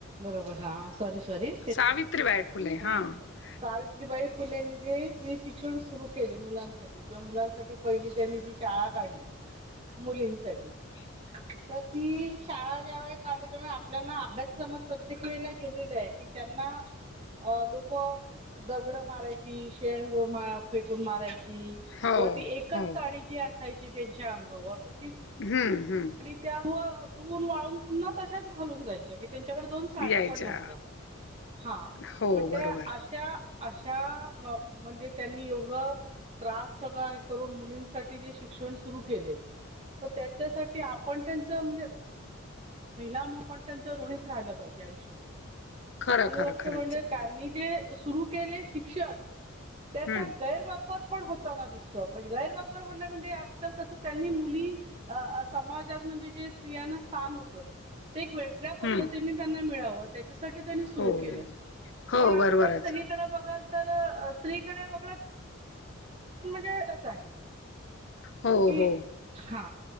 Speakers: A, on the right; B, on the left.
A: बरोबर हा सॉरी सॉरी
B: सावित्रीबाय फुले
A: हो
B: हा हम्म
A: अक्ष सावित्रीबाई फुलन दिी मी शिक्षण सुरू केले मुलांसाठी किंवा मुलांसाठी पहिली त्यांनी जी शाळा काढली मुलींसाठी
B: हो
A: तर ती शाळा ज्या वेळ का आढली त्यामुळे आपल्याना अभ्यासक्रमात प्रत्येक वेळेला गेलेली आहे की त्यांना अ लोक दगड मारायची शेण गोळ म फेकून मारायची किंवा
B: हो,
A: ती एकच
B: हो.
A: साणी जी असायची त्यांच्या अंगावर तर त
B: हम्म हम्म
A: धून वाळून पुन्हा तशच घालून जाई त्यांच्याकड दोन साड्या
B: यायच्या.
A: पण नव्हत्या. हा
B: हो,
A: मग
B: बरोबर.
A: त्या अश्या अशा म्हणजे त्यांनी एवढ त्रास सगळा करून मुलींसाठी जे शिक्षण सुरू केले तर, त्याच्यासाठी आपण त्यांच म्हणजे महिला पण त्यांच ऋणीच राहिलं पाहिजे आयुष्यभर,
B: खरं,
A: दुसरी
B: खरं,
A: गोष्ट
B: खरंच
A: म्हणजे
B: आहे.
A: त्यांनी जे सुरू केले शिक्षण त्याचा
B: हं,
A: गैरवापर पण होताना दिसतो. आपण गैरवापरला म्हणजे आजकाल कसं त्यांनी मुली अ समाजात म्हणजे जे स्त्रियांना स्थान होत. ते एक वेगळ्या पद्धतीने
B: हं.
A: त्यांना मिळाव. त्याच्यासाठी त्यांनी सुरू
B: हो.
A: केलं
B: हो,
A: पण आजकाल
B: बरोबरच.
A: स बघाल तर स्त्रीकडे बघ पण म्हणजे एक च आहे.
B: हो,
A: कि,
B: हो.
A: हा